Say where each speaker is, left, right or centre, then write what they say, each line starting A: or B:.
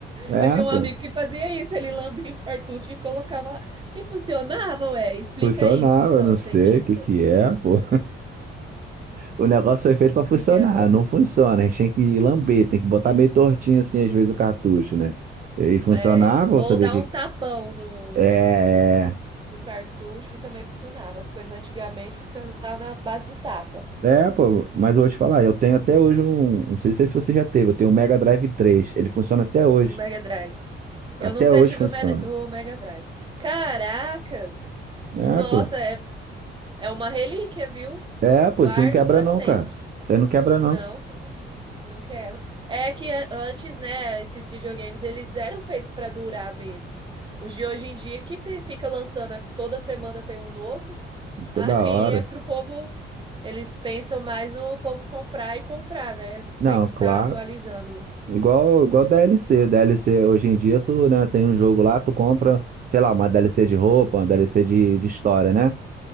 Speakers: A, on the right; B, on the right.
A: É,
B: Eu tinha um
A: pô,
B: amigo que fazia isso, ele lambia o cartucho e colocava lá. E funcionava, ué. Explica
A: funcionava,
B: isso então,
A: eu não
B: os
A: sei
B: cientistas.
A: o que que é, pô. O negócio foi feito
B: Expliquem
A: pra funcionar,
B: agora.
A: não funciona. A gente tem que lamber, tem que botar meio tortinho assim, às vezes, o cartucho, né? E funcionava,
B: É, ou
A: eu sabia
B: dar
A: que.
B: um tapão no,
A: É,
B: no, no cartucho, que também funcionava. As coisas antigamente funcionavam na base do tapa,
A: é, é, pô, mas eu vou te falar, eu tenho até hoje um. Não sei se você já teve, eu tenho um Mega Drive três, Ele funciona até hoje.
B: o Mega Drive. Eu
A: Até
B: nunca
A: hoje
B: tive
A: funciona.
B: o Mega, o Mega Drive. Caracas!
A: É,
B: Nossa,
A: pô.
B: é, é uma relíquia, viu?
A: É,
B: Guarde
A: pô, isso não quebra
B: para
A: não,
B: sempre.
A: cara. Isso aí não quebra
B: Não,
A: não.
B: quebra não. Não quebra. É que a- antes, né, esses videogames eles eram feitos pra durar mesmo. Os de hoje em dia que te- fica lançando a- toda semana tem um novo,
A: Toda
B: <laughs>
A: hora.
B: aí é pro povo, eles pensam mais no povo comprar e comprar, né? Sempre
A: Não, claro.
B: tá atualizando.
A: Igual, igual DLC. DLC hoje em dia, tu, né, tem um jogo lá, tu compra, sei lá, uma DLC de roupa, uma DLC de, de história, né?